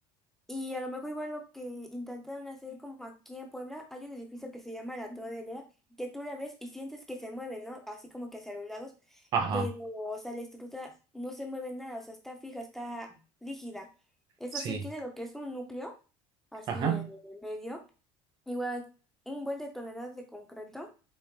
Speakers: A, in the centre; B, on the right (about 35°).
A: Y a lo mejor igual lo que intentaron hacer como aquí en Puebla, hay un edificio que se llama la Torre Lea, que tú la ves y sientes que se mueve, ¿no? Así como que hacia los lados,
B: ajá,
A: pero, o sea, la estructura no se mueve nada, o sea, está fija, está rígida. Eso
B: sí,
A: sí tiene lo que es un núcleo, así
B: ajá,
A: en el medio, igual un buen de toneladas de concreto,